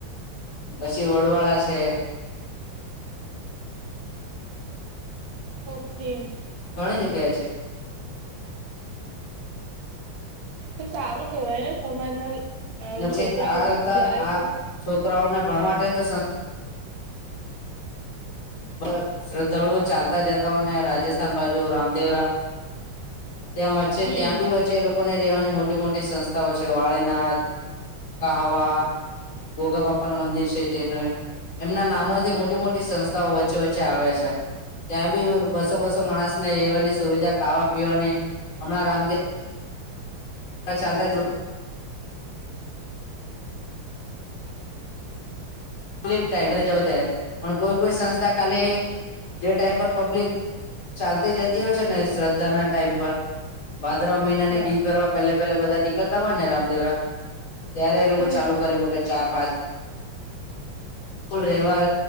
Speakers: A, on the left (about 75°); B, on the right (about 45°).
A: પછી વડવાડા છે.
B: ઓકે.
A: ઘણી જગ્યા એ છે.
B: તો સારું કેહેવાય ને સમાજના અ
A: ને પછી
B: છોકરાઓ
A: આ સંસ્થા
B: જાય
A: આ
B: તો.
A: છોકરાઓને ભણવા માટે તો. બ શ્રદ્ધાળુઓ ચાલતા જતા હોય ને રાજસ્થાન બાજુ રામદેવરા ત્યાં વચ્ચે
B: હમ
A: ત્યાં બી વચ્ચે લોકોને રહેવાની મોટી મોટી સંસ્થાઓ છે વાળીનાથ કાવા ગોગા બાપા નુ મંદિર છે તેને એમના નામોથી મોટી મોટી સંસ્થાઓ હોય વચ્ચે વચ્ચે આવે છે. ત્યાં બી બસો બસો માણસ ને રહેેવાની સુવિધા ખાવા પીવાને હમણાં રામદેવ રા ચાલતા લો તે જાય ત્યારે પણ કોઈ કોઈ સંસ્થા ખાલી જે ટાઈમ પર પબ્લિક ચાલતી જતી હોય છે ને શ્રદ્ધા ના ટાઈમ પર ભાદ્રવા મહિના ને
B: હા
A: બીજ ભરવા પહેલે પહેલા બધા નીકળતા હોય ને રામદેવરા ત્યારે એ લોકો
B: હમ
A: ચાલુ કરી મકે ચાર પાંચ ફૂલ રેવા